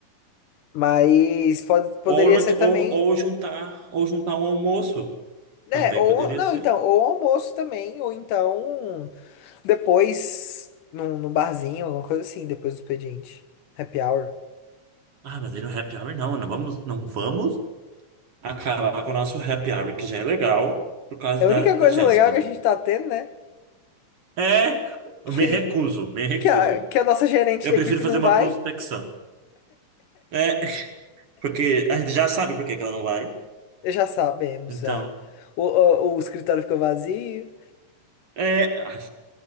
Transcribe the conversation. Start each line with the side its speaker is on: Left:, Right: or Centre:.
Left: Mas pode, poderia
Right: Ou, no-
Left: ser também.
Right: ou, ou juntar, ou juntar um almoço.
Left: né
Right: Também
Left: ou,
Right: poderia
Left: não,
Right: ser.
Left: então, ou almoço também, ou então. Depois, num, num barzinho, alguma coisa assim, depois do expediente. Happy hour.
Right: Ah, mas aí no happy hour não, não vamos, não vamos acabar com o nosso happy hour, que já é legal, por causa
Left: É
Right: da,
Left: a única
Right: da
Left: coisa
Right: Jéssica,
Left: legal que
Right: né?
Left: a gente tá tendo, né? <laughs>
Right: É, eu
Left: Que,
Right: me recuso, me recuso.
Left: que, a, que a nossa gerente
Right: Eu
Left: de
Right: prefiro
Left: equipe
Right: fazer
Left: não
Right: uma
Left: vai.
Right: prospecção. É, porque a gente já sabe por que que ela não vai.
Left: Já sabemos,
Right: Então,
Left: já. O, o, o escritório ficou vazio.
Right: é. ai,